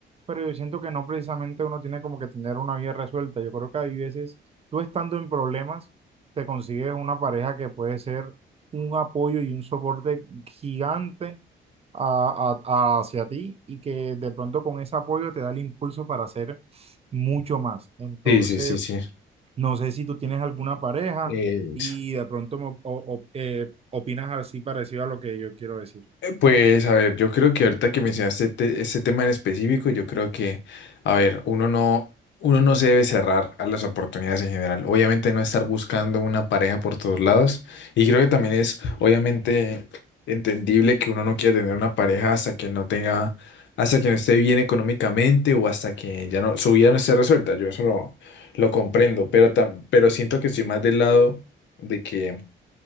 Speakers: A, on the right; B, on the left.
A: pero yo siento que no precisamente uno tiene como que tener una vida resuelta. Yo creo que hay veces, tú estando en problemas, te consigues una pareja que puede ser un apoyo y un soporte gigante a- a- hacia ti y que de pronto con ese apoyo te da el impulso para hacer mucho más. Entonces,
B: Sí, sí, sí, sí.
A: no sé si tú tienes alguna pareja
B: Eh,
A: y de pronto me, o- o- eh, opinas así parecido a lo que yo quiero decir.
B: Pues a ver, yo creo que ahorita que mencionaste te- este tema en específico, yo creo que, a ver, uno no, uno no se debe cerrar a las oportunidades en general. Obviamente no estar buscando una pareja por todos lados. Y creo que también es obviamente entendible que uno no quiera tener una pareja hasta que no tenga, hasta que no esté bien económicamente o hasta que ya no, su vida no esté resuelta. Yo eso lo, lo comprendo, pero, tam- pero siento que estoy más del lado de que,